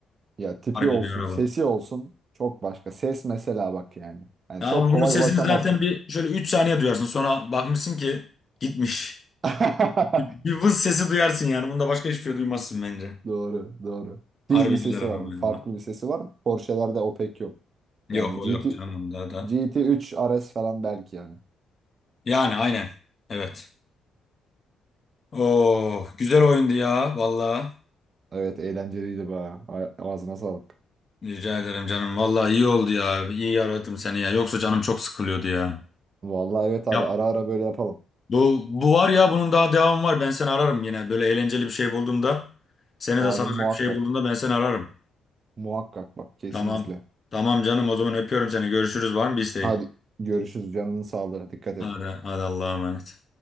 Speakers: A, on the right (about 45°); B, on the left (about 35°).
A: Ya tipi
B: Harbi
A: olsun,
B: bir araba.
A: sesi olsun çok başka. Ses mesela bak yani. Yani
B: Ya
A: çok
B: abi
A: kolay
B: bunun sesini
A: ulaşamazsın.
B: zaten bir şöyle 3 saniye duyarsın. Sonra bakmışsın ki gitmiş.
A: <laughs>
B: Bir vız sesi duyarsın yani. Bunda başka hiçbir şey duymazsın bence.
A: Doğru doğru.
B: Harbi
A: Tiz bir sesi
B: güzel araba
A: var mı? Farklı
B: ya.
A: bir sesi var mı? Porsche'lerde o pek yok.
B: Yok
A: Yani
B: o
A: GT,
B: yok canım bunda da.
A: GT3 RS falan belki yani.
B: Yani aynen. Evet. Oo güzel oyundu ya valla.
A: Evet eğlenceliydi be. Ay- Ağzına sağlık.
B: Rica ederim canım. Valla iyi oldu ya. İyi aradım seni ya. Yoksa canım çok sıkılıyordu ya.
A: Vallahi evet abi
B: Yap.
A: ara ara böyle yapalım.
B: Bu, bu var ya bunun daha devamı var. Ben seni ararım yine. Böyle eğlenceli bir şey bulduğumda. Seni
A: Abi
B: de saracak
A: muhakkak.
B: bir şey bulduğumda ben seni ararım.
A: Muhakkak bak kesinlikle.
B: Tamam. Tamam canım o zaman öpüyorum seni. Görüşürüz var mı bir isteğin?
A: Hadi görüşürüz canının sağlığı. Dikkat
B: Hadi,
A: et.
B: hadi Allah'a emanet.